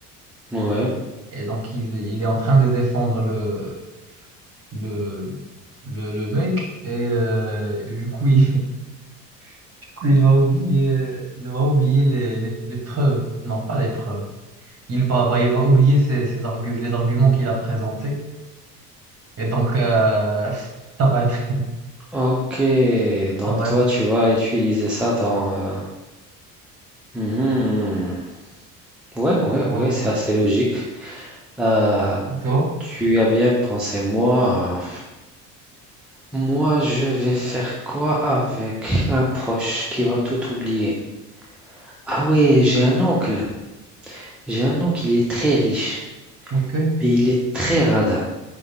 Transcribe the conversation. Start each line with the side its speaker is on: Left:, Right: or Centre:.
Centre: ouais.
Right: Et donc, il, il est en train de défendre le, le, le, le mec. Et, euh, et du coup, il, <laughs> du coup, il va oublier, il va oublier les, les, les preuves. Non, pas les preuves. Il va, bah, il va oublier ses, ses argu- les arguments qu'il a présentés. Et donc, euh, <laughs> ça va être.
Centre: Ok, donc
Right: Ça va
Centre: toi,
Right: être.
Centre: tu vas utiliser ça dans... euh, mhm. Ouais, ouais,
Right: Voilà.
Centre: ouais, c'est assez logique. Euh,
Right: Et toi?
Centre: Tu as bien pensé, moi. Moi, je vais faire quoi avec un proche qui va tout oublier? Ah ouais, j'ai un oncle. J'ai un oncle, il est très riche,
Right: Ok.
Centre: mais il est très radin.